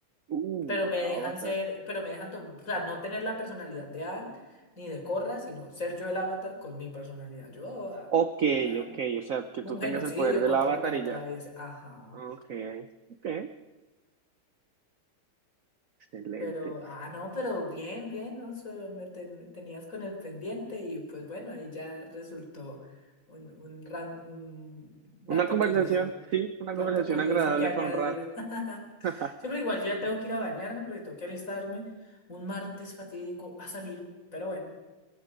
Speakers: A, on the right; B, on the left.
A: Uh,
B: Pero me dejan
A: Avatar.
B: ser, pero me dejan, tom- o sea, no tener la personalidad de Aang ni de Korra, sino ser yo el Avatar con mi personalidad. Yo, ah,
A: Ok,
B: ah,
A: ok, o sea, que
B: un
A: tú tengas
B: genocidio
A: el poder del
B: contra
A: Avatar
B: lo que atraviese.
A: y ya.
B: Ajá.
A: Ok, ok, excelente.
B: Pero, ah, no, pero bien, bien, Alonso, me, ten- me tenías con el pendiente y pues bueno, ahí ya resultó un, un, ran- un dato
A: Una conversación,
B: curioso,
A: sí, una
B: un
A: conversación
B: dato curioso
A: agradable
B: que añadir.
A: para un rato.
B: <laughs>
A: <laughs>
B: Sí, pero igual yo ya tengo que ir a bañarme porque tengo que alistarme un martes fatídico a salir, pero bueno,